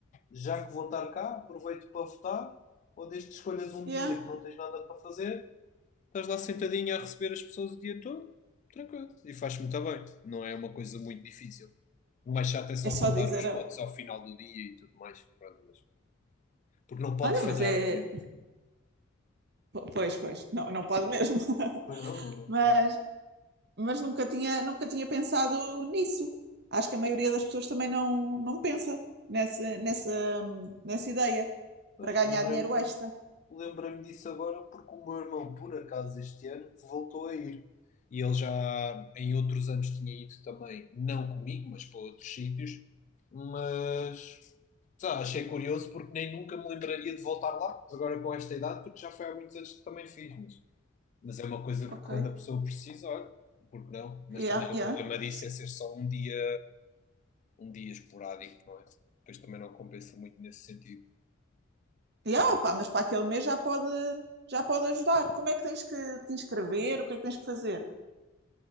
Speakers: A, on the left; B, on the right.
A: já que vou estar cá, aproveito para votar, ou desde que escolhas um
B: Yeah.
A: dia que não tens nada para fazer, Estás lá sentadinho a receber as pessoas o dia todo, tranquilo. E faz muito bem. Não é uma coisa muito difícil. O mais chato é só
B: É só
A: contar
B: dizer,
A: os
B: a-
A: votos ao final do dia e tudo mais. Pronto, mas- Porque não pode
B: olha,
A: falhar
B: mas é...
A: mesmo.
B: Pois, pois, não, não pode mesmo. <laughs>
A: pois não, não, não,
B: Mas,
A: posso.
B: mas nunca tinha, nunca tinha pensado nisso. Acho que a maioria das pessoas também não, não pensa nessa, nessa, nessa ideia
A: Pois,
B: para ganhar
A: lembrei-me,
B: dinheiro extra.
A: lembrei-me disso agora porque o meu irmão, por acaso, este ano voltou a ir. E ele já em outros anos tinha ido também, não comigo, mas para outros sítios. Mas sei lá, achei curioso porque nem nunca me lembraria de voltar lá, agora com esta idade, porque já foi há muitos anos que também fiz. Mas, mas é uma coisa
B: Ok.
A: que quando a pessoa precisa, olha, porque não? Mas
B: Yeah,
A: também o
B: yeah.
A: problema disso
B: Sim.
A: é ser só um dia, um dia esporádico, não é? Depois também não compensa muito nesse sentido.
B: Yeah, pá, mas para aquele mês já pode, já pode ajudar. Como é que tens que te inscrever? O que é que tens que fazer?